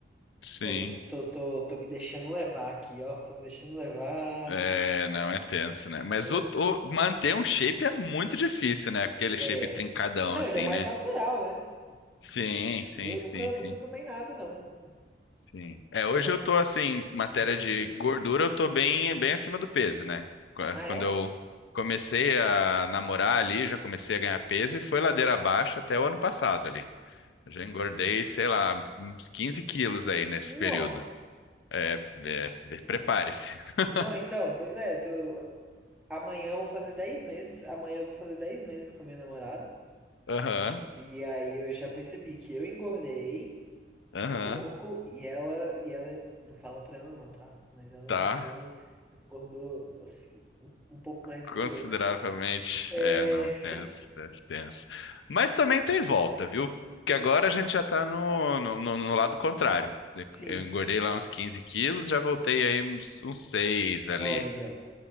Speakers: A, on the left; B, in the centre.
A: Sim.
B: Pô, tô, tô, tô, tô me deixando levar aqui, ó. Tô me deixando levar.
A: É, não, é tenso, né? Mas
B: Não,
A: o, o- manter um shape é muito difícil, né? Aquele shape
B: é.
A: trincadão,
B: Não,
A: assim,
B: ainda mais
A: né?
B: natural, né?
A: Sim, sim,
B: Eu nunca,
A: sim,
B: nunca
A: sim,
B: tomei nada, não.
A: sim. É, hoje
B: Ainda.
A: eu tô, assim, matéria
B: Ah,
A: de gordura, eu tô bem, bem acima do peso, né? Qua-
B: Ah, é?
A: Quando eu comecei a namorar ali, já comecei a ganhar peso e foi ladeira abaixo até o ano passado ali. Eu já engordei, sei lá, uns 15 quilos aí nesse
B: Nossa.
A: período. É, é, prepare-se. <laughs>
B: Não, então, pois é, tô, Amanhã eu vou fazer 10 meses. Amanhã eu vou fazer 10 meses com a minha namorada.
A: Aham,
B: E aí eu já percebi que eu engordei
A: aham,
B: um pouco e ela e ela não fala pra ela não, tá? Mas ela
A: tá.
B: engordou, ela engordou assim um um pouco mais
A: Consideravelmente.
B: do que eu. É,
A: É, não, é tenso, é tenso. Mas também tem volta, viu? Porque agora a gente já tá no, no, no- no lado contrário.
B: sim.
A: Eu engordei lá uns 15 quilos, já voltei aí uns, uns 6 ali.
B: Ó aí, ó.